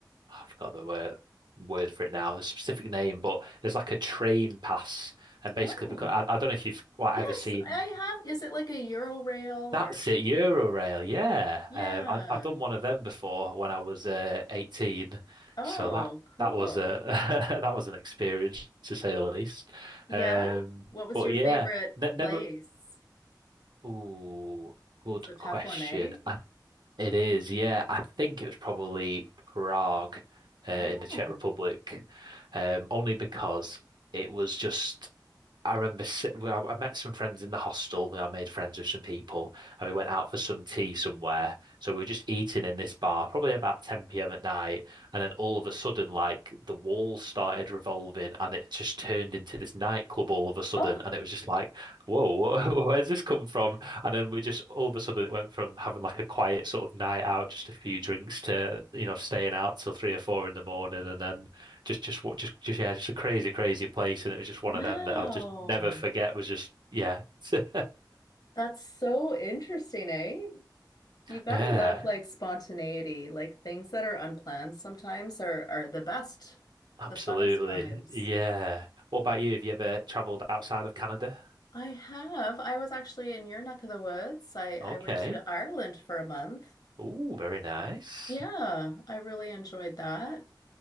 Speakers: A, on the right; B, on the left.
A: oh, I forgot the word word for it now, the specific name, but there's like a train pass, and
B: Oh.
A: basically because I, I don't know if you've quite
B: Yes,
A: ever seen
B: I have. Is it like a Euro or
A: that's it, Eurorail. Yeah,
B: Yeah.
A: um, I, I've done one of them before when I was uh, 18,
B: Oh,
A: so that
B: cool.
A: that was a <laughs> that was an experience to say the least.
B: Yeah.
A: Um,
B: What was
A: but
B: your
A: yeah.
B: favorite
A: Ne
B: place?
A: never Ooh, good
B: It's a tough
A: question.
B: one, eh?
A: I, it is, yeah. I think it was probably Prague, uh, in
B: Oh.
A: the Czech Republic, um, only because it was just. I remember si- well, I met some friends in the hostel. I made friends with some people, and we went out for some tea somewhere. So we were just eating in this bar, probably about 10 p.m. at night. And then all of a sudden, like the walls started revolving, and it just turned into this nightclub all of a sudden.
B: Oh,
A: And it was just like, whoa, <laughs> where's this come from? And then we just all of a sudden it went from having like a quiet sort of night out, just a few drinks, to you know staying out till three or four in the morning, and then just just what just just yeah, just a crazy, crazy place. And it was just one
B: wow.
A: of them that I'll just never forget was just yeah. <laughs>
B: That's so interesting, eh? You gotta
A: Yeah,
B: love Uh, like spontaneity. Like things that are unplanned sometimes are are the best,
A: absolutely.
B: the funnest times.
A: Yeah. What about you? Have you ever traveled outside of Canada?
B: I have. I was actually in your neck of the woods. I I
A: Okay.
B: went to Ireland for a month.
A: Ooh, very nice.
B: Yeah, I really enjoyed that.